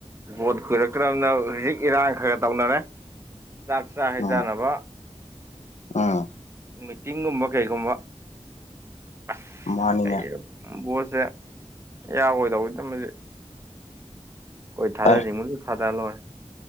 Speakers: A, on the right (about 25°); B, on the left (about 80°).
A: ꯚꯣꯠ ꯀꯨꯏꯔꯛꯇ꯭ꯔꯝꯅꯤꯅ ꯍꯧꯖꯤꯛ ꯏꯔꯥꯡ ꯈꯔ ꯈꯔ ꯇꯧꯅꯔꯦ ꯆꯥꯛ ꯆꯥ ꯍꯩꯖꯥꯅꯕ
B: ꯎꯝ ꯎꯝ
A: ꯃꯤꯇꯤꯡꯒꯨꯝꯕ ꯀꯩꯒꯨꯝꯕ ꯑꯁ
B: ꯃꯥꯅꯤꯅꯦ
A: ꯀꯩꯅꯣ ꯚꯣꯠꯁꯦ ꯌꯥꯔꯣꯏꯗꯧꯕꯗꯨꯝꯕꯖꯤ ꯈꯣꯏ ꯊꯥꯗꯅꯤꯡꯕꯗ
B: ꯑꯩ
A: ꯊꯥꯗ ꯂꯣꯏꯔꯦ